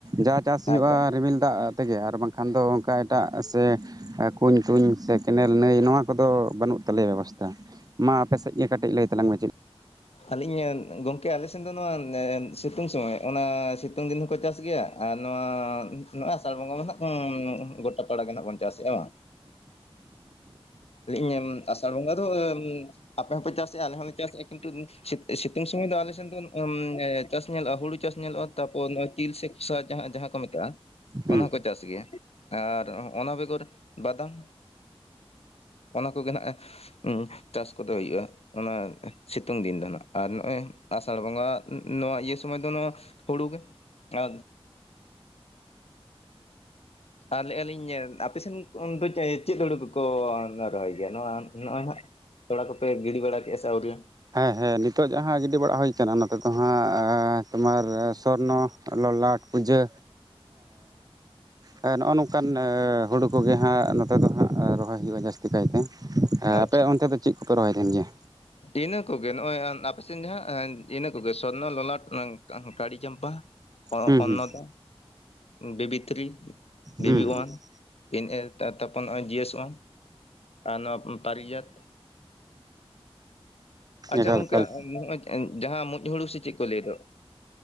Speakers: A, on the right; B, on the left.
A: ᱡᱟ ᱪᱟᱥ
B: ᱟᱪᱪᱷᱟ
A: ᱦᱩᱭᱩᱜᱼᱟ ᱨᱤᱢᱤᱞ ᱫᱟᱜ ᱛᱮᱜᱮ ᱟᱨ ᱵᱟᱝᱠᱷᱟᱱ ᱫᱚ ᱚᱱᱠᱟ ᱮᱴᱟᱜ ᱥᱮ ᱠᱩᱧ ᱛᱩᱧ ᱥᱮ ᱠᱮᱱᱮᱞ ᱱᱟᱹᱭ ᱱᱚᱣᱟ ᱠᱚᱫᱚ ᱵᱟᱹᱱᱩᱜ ᱛᱟᱞᱮᱭᱟ ᱵᱮᱵᱚᱥᱛᱷᱟ᱾ ᱢᱟ ᱟᱯᱮ ᱥᱮᱫ ᱜᱮ ᱠᱟᱹᱴᱤᱡ ᱞᱟᱹᱭ ᱛᱟᱞᱟᱝ ᱢᱮ ᱪᱮᱫ?
B: ᱟᱹᱞᱤᱧ ᱜᱚᱝᱠᱮ ᱟᱞᱮ ᱥᱮᱱ ᱫᱚ ᱱᱚᱣᱟ ᱥᱤᱛᱩᱝ ᱥᱚᱢᱚᱭ ᱚᱱᱟ ᱥᱤᱛᱩᱝ ᱫᱤᱱ ᱦᱚᱸᱠᱚ ᱪᱟᱥ ᱜᱮᱭᱟ, ᱟᱨ ᱱᱚᱣᱟ ᱱᱚᱜᱚᱭ ᱟᱥᱟᱲ ᱵᱚᱸᱜᱟ ᱢᱟ ᱱᱟᱦᱟᱜ ᱜᱚᱴᱟ ᱯᱟᱲᱟᱮ ᱱᱟᱦᱟᱜ ᱵᱚᱱ ᱪᱟᱥᱮᱜ-ᱟ ᱵᱟᱝ <unintelligible> <unintelligible> ᱤᱧ ᱟᱥᱟᱲ ᱵᱚᱸᱜᱟ ᱫᱚ <unintelligible> ᱟᱯᱮ ᱦᱚᱸᱯᱮ ᱪᱟᱥ ᱟᱞᱮ ᱦᱚᱸᱞᱮ ᱪᱟᱥ ᱠᱤᱱᱛᱩ ᱥᱤᱛᱩᱝ ᱥᱚᱢᱚᱭ ᱫᱚ ᱟᱞᱮᱱ <unintelligible> ᱪᱟᱥ ᱧᱮᱞᱚᱜᱼᱟ ᱦᱩᱲᱩ ᱪᱟᱥ ᱧᱮᱞᱚᱜᱼᱟ ᱛᱟᱯᱚᱨ ᱱᱚᱜ ᱛᱤᱞ ᱥᱮ ᱠᱚᱥᱟ ᱡᱟᱦᱟᱸ ᱡᱟᱦᱟᱸ ᱠᱚ ᱢᱮᱛᱟᱜᱼᱟ᱾
A: ᱦᱩᱸ
B: ᱚᱱᱟ ᱦᱚᱸᱠᱚ ᱪᱟᱥ ᱜᱮᱭᱟ ᱟᱨ ᱚᱱᱟ ᱵᱮᱜᱚᱨ ᱵᱟᱫᱟᱢ᱾ ᱚᱱᱟ ᱠᱚᱜᱮ ᱱᱟᱜ <unintelligible> ᱪᱟᱥ ᱠᱚᱫᱚ ᱦᱩᱭᱩᱜᱼᱟ᱾ ᱚᱱᱟ ᱥᱤᱛᱩᱝ ᱫᱤᱱ ᱫᱚ ᱱᱟᱜ ᱟᱨ ᱱᱚᱜᱼᱚᱭ ᱟᱥᱟᱲ ᱵᱚᱸᱜᱟ ᱱᱚᱣᱟ ᱤᱭᱟᱹ ᱥᱚᱢᱚᱭ ᱫᱚ ᱱᱚᱣᱟ ᱦᱩᱲᱩ ᱜᱮ ᱟ ᱟᱨ ᱞᱟᱹᱭᱮᱫᱼᱟ ᱞᱤᱧ ᱟᱯᱮ ᱥᱮᱱ ᱫᱚ ᱪᱮᱫ ᱦᱩᱲᱩ ᱠᱚᱠᱚ ᱨᱚᱦᱚᱭ ᱜᱮᱭᱟ? ᱱᱚᱣᱟ ᱱᱚᱜᱼᱚᱭ ᱱᱟᱸᱜ ᱛᱚᱲᱟ ᱠᱚ ᱯᱮ ᱜᱤᱰᱤ ᱵᱟᱲᱟ ᱠᱮᱜ ᱟᱥᱟ ᱟᱹᱣᱨᱤ?
A: ᱦᱮᱸ ᱦᱮᱸ ᱱᱤᱛᱚᱜ ᱡᱟᱦᱟᱸ ᱜᱤᱰᱤ ᱵᱟᱲᱟ ᱦᱩᱭ ᱟᱠᱟᱱᱟ ᱚᱱᱟ ᱛᱮ ᱫᱚ ᱦᱟᱸᱜ ᱛᱳᱢᱟᱨ ᱥᱚᱨᱱᱚ ᱞᱚᱞᱟᱴ ᱯᱩᱡᱟᱹ ᱦᱮᱸ ᱱᱚᱜᱼᱚ ᱱᱚᱝᱠᱟᱱ ᱦᱩᱲᱩ ᱠᱚᱜᱮ ᱦᱟᱸᱜ ᱱᱚᱛᱮ ᱫᱚ ᱦᱟᱸᱜ ᱨᱚᱦᱚᱭ ᱦᱩᱭᱩᱜᱼᱟ ᱡᱟᱹᱥᱛᱤ ᱠᱟᱭᱛᱮ᱾ ᱦᱮᱸ
B: ᱟᱪᱪᱷᱟ
A: ᱟᱯᱮ ᱚᱱᱛᱮ ᱫᱚ ᱪᱮᱫ ᱠᱚᱯᱮ ᱨᱚᱦᱚᱭ ᱛᱟᱦᱮᱱ ᱜᱮᱭᱟ?
B: ᱤᱱᱟᱹ ᱠᱚᱜᱮ ᱱᱚᱜᱼᱚᱭ ᱟᱯᱮᱥᱮᱱ ᱡᱟᱦᱟᱸ ᱤᱱᱟᱹ ᱠᱚᱜᱮ ᱥᱚᱨᱱᱚ ᱞᱚᱞᱟᱴ ᱠᱟ ᱠᱟᱲᱤ ᱪᱟᱢᱯᱟ᱾
A: ᱦᱩᱸ
B: ᱚᱱᱱᱚᱫᱟ
A: ᱦᱩᱸ
B: ᱵᱤᱵᱤ ᱛᱷᱨᱤ, ᱵᱤᱵᱤ
A: ᱦᱩᱸ ᱦᱩᱸ
B: ᱚᱣᱟᱱ ᱾ ᱯᱤᱱ ᱮ ᱛᱟᱨᱯᱚᱨ ᱱᱚᱜᱼᱚᱭ ᱡᱤ ᱮᱥ ᱚᱣᱟᱱ ᱟᱨ ᱱᱚᱣᱟ ᱛᱟ ᱛᱟᱨᱤᱡᱟᱛ ᱟᱪᱪᱷᱟ
A: ᱮᱠᱟᱞ
B: ᱜᱚᱝᱠᱮ
A: ᱮᱠᱟᱞ
B: ᱱᱚᱜᱼᱚᱭ ᱡᱟᱦᱟᱸ ᱢᱩᱡ ᱦᱩᱲᱩ ᱥᱮ ᱪᱮᱫ ᱠᱚ ᱞᱟᱹᱭ ᱫᱚ